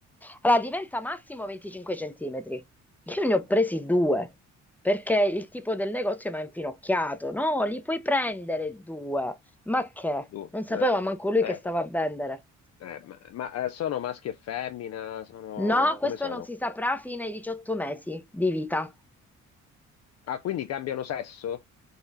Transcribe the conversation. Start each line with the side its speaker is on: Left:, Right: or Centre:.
Centre: Allora, diventa massimo 25 centimetri. Io ne ho presi due, perché il tipo del negozio mi ha infinocchiato. No, li puoi prendere due. Ma che?
Left: Tu,
Centre: Non sapeva
Left: eh,
Centre: manco lui
Left: eh,
Centre: che stava a vendere.
Left: eh, ma ma, eh, sono maschi e femmina? Sono,
Centre: No,
Left: come
Centre: questo
Left: sono?
Centre: non si saprà fino ai 18 mesi di vita.
Left: Ah, quindi cambiano sesso?